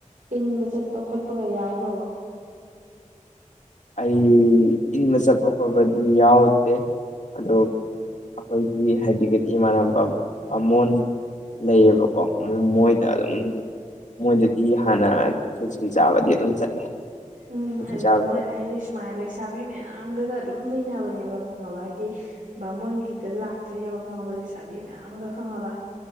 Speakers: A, on the right (about 85°); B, on the left (about 65°).
A: ꯏꯟꯕ ꯆꯠꯄ ꯈꯣꯠꯄꯒ ꯌꯥꯎꯈ꯭ꯔꯕ
B: ꯑꯩ ꯏꯪꯕ ꯆꯠꯄ ꯈꯣꯠꯄꯗꯤ ꯌꯥꯎꯗꯦ ꯑꯗꯣ ꯑꯩꯈꯣꯏꯒꯤ ꯍꯥꯏꯗꯤꯗꯤ ꯏꯃꯥꯟꯅꯕ ꯃꯃꯣꯟ ꯂꯩꯌꯦꯕꯀꯣ ꯃꯣꯏꯗ
A: ꯑꯥ
B: ꯑꯗꯨꯝ ꯃꯣꯏꯗꯗꯤ ꯍꯥꯟꯅ ꯈꯦꯆꯤ ꯆꯥꯕꯗꯤ ꯑꯗꯨꯝ ꯆꯠꯂꯦ
A: ꯎꯝ
B: ꯈꯦꯆ꯭ꯔꯤ
A: ꯑꯗꯨꯗ
B: ꯆꯥꯕ
A: ꯃꯣꯏꯅ
B: ꯆꯠꯂꯦ
A: ꯍꯥꯏꯗꯤ ꯁꯨꯃꯥꯏꯅ ꯂꯩꯁꯥꯕꯤ ꯃꯌꯥꯝꯒꯒ ꯑꯗꯨꯝ ꯂꯩꯅꯕꯅꯦꯕ ꯈꯪꯉꯕ ꯍꯥꯏꯗꯤ ꯕꯥꯃꯣꯟꯒꯤꯗ ꯂꯥꯛꯇꯣꯏꯅꯦꯕ ꯈꯪꯉꯕ ꯂꯩꯁꯥꯕꯤ ꯃꯌꯥꯝꯒ ꯈꯪꯉꯕ